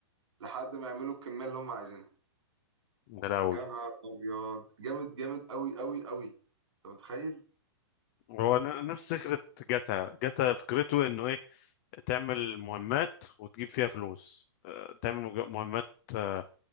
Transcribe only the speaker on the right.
لحد ما يعملوا الكميه اللي هم عايزينها
يا نهار ابيض جامد جامد قوي قوي قوي انت متخيل